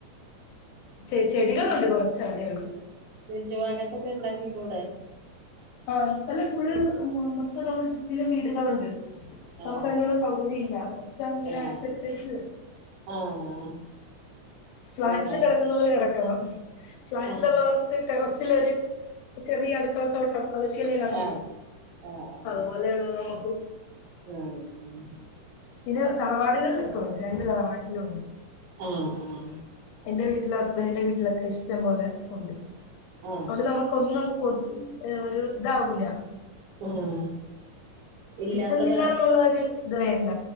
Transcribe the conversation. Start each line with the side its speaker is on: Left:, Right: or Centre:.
Left: ചെ ചെടികളുണ്ട് കൊറച്ചതേയുള്ളൂ.
Right: ചുറ്റു ഭാഗത്തൊക്കെ ഇണ്ടാക്കി കൂടെ?
Left: ആഹ് അല്ല ഫുൾ മൊത്തം നമ്മുടെ ചുറ്റിലും വീടുകളുണ്ട്. നമുക്കയിനുള്ള
Right: ആഹ്
Left: സൗകര്യം ഇല്ല മൊത്തം ഇങ്ങനെ
Right: ആഹ്
Left: അടുത്തടുത്തടുത്ത്
Right: ആഹ്
Left: ഫ്ളാറ്റിൽ
Right: വീടോ
Left: കെടക്കുന്ന പോലെ കെടക്കണം ഫ്ളാറ്റിലുള്ളവർ
Right: ആഹ്
Left: ക്ക് ടെറസിലൊരു ചെറിയ അടുക്കളത്തോട്ടം അതൊക്കെയല്ലേ കാണുള്ളു
Right: ആഹ് ആഹ്
Left: അതുപോലെയുള്ളൂ നമുക്കും.
Right: <unintelligible>
Left: പിന്നെ തറവാടുകളിലൊക്കെയുണ്ട് രണ്ട് തറവാട്ടിലുണ്ട്.
Right: ആഹ് ആഹ്
Left: എന്റെ വീട്ടിലും ഹസ്ബൻിന്റെ വീട്ടിലൊക്കെ ഇഷ് റ്റം പോലെ ഉണ്ട്
Right: ആഹ്
Left: അതോണ്ട് നമുക്കൊന്നും കൊത് ഒരുതാവൂലാ.
Right: ആഹ് ഇല്ലാത്തത്
Left: കിട്ടുന്നില്ലാന്നുള്ളൊരു
Right: അറിയ
Left: ഇത് വേണ്ട